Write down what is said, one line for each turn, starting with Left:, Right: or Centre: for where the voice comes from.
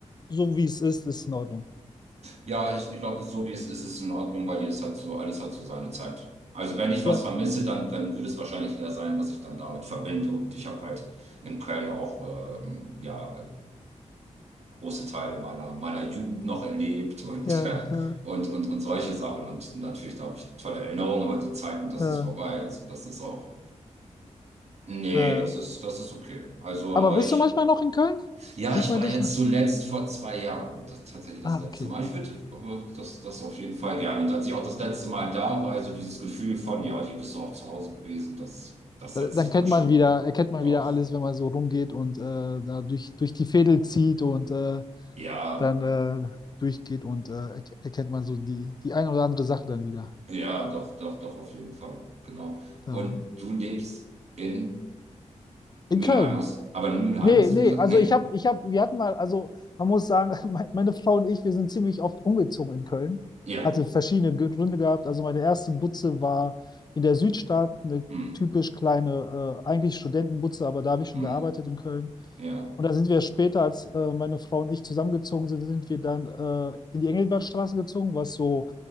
Left: so wie es ist, ist es in Ordnung?
Right: Ja, ich, ich glaube, so wie es ist, ist es in Ordnung, weil jedes hat so, alles hat so seine Zeit. Also wenn ich
Left: Ja,
Right: was vermisse, dann, dann würde es wahrscheinlich eher sein, was ich dann damit verbinde. Und ich habe halt in Köln auch ähm, ja, äh, große Teile meiner, meiner Jugend noch erlebt und,
Left: ja,
Right: <laughs>
Left: ja,
Right: und, und, und solche Sachen. Und natürlich, da habe ich tolle Erinnerungen, aber die Zeiten, das
Left: ja,
Right: ist vorbei. Also das ist auch. Nee,
Left: ja.
Right: das ist, das ist okay. Also,
Left: Aber
Right: aber
Left: bist
Right: ich,
Left: du manchmal noch in Köln?
Right: ja,
Left: Sieht
Right: ich
Left: man
Right: war
Left: dich
Right: jetzt
Left: mal?
Right: zuletzt vor zwei Jahren, das, tatsächlich das
Left: Ah,
Right: letzte
Left: okay.
Right: Mal. Ich würde aber das, das auf jeden Fall gerne. Und als ich auch das letzte Mal da war, also dieses Gefühl von, ja, hier bist du auch zu Hause gewesen, das, das
Left: Da-
Right: setzt
Left: Dann
Right: sich
Left: kennt
Right: dann schon.
Left: man wieder, erkennt man
Right: Doch,
Left: wieder alles, wenn man so rumgeht und äh, da durch, durch die Veedel zieht und äh,
Right: ja,
Left: dann äh, durchgeht und äh, erk- erkennt man so die, die eine oder andere Sache dann wieder.
Right: ja, doch, doch, doch, auf jeden Fall. Genau.
Left: Da.
Right: Und du lebst in
Left: In
Right: Mülheim,
Left: Köln.
Right: hast, aber in Mülheim
Left: Nee,
Right: hast
Left: nee,
Right: du gesagt?
Left: also
Right: Nee.
Left: ich habe, ich habe, wir hatten mal, also man muss sagen, <laughs> me- meine Frau und ich, wir sind ziemlich oft umgezogen in Köln.
Right: Ja.
Left: Hatte verschiedene Gü- Gründe gehabt. Also meine erste Butze war in der Südstadt, eine
Right: Hm,
Left: typisch kleine, äh, eigentlich Studentenbutze, aber da habe ich schon
Right: hm,
Left: gearbeitet in Köln.
Right: ja.
Left: Und da sind wir später, als äh, meine Frau und ich zusammengezogen sind, sind wir dann äh, in die Engelbertstraße gezogen, was so